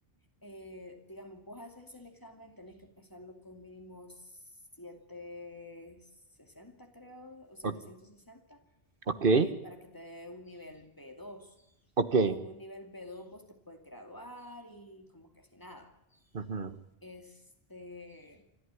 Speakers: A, on the left; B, on the right.
A: Eh, digamos, vos haces el examen, tenés que pasarlo con mínimo 760 creo, o 760,
B: o- ok,
A: eh, para que te dé un nivel b dos
B: ok.
A: Con un nivel b dos vos te puedes graduar y como que así nada.
B: Ujú,
A: Este,